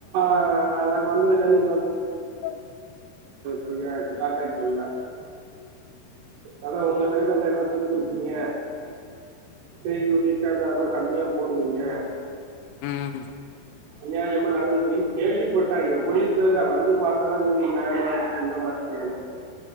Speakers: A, on the right (about 70°); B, on the left (about 85°).
A: ஆஹ அதங்க வந்து விட்ட நீ
B: என்ல்லா அவ்ளோ
A: அ கா ஆட்டல அதா உங்க டிரவர்ல எல்லா செஞ்சு குடுக்கீங்க டீ குடிச்ச கால் கம்மியா போதுனிங்க
B: உஹம்
A: அநியாயமா நடந்துட்டு கேள்விப்பட்டா எப்டின்னு தெரில வந்து பார்த்தனா நியாயமாங்க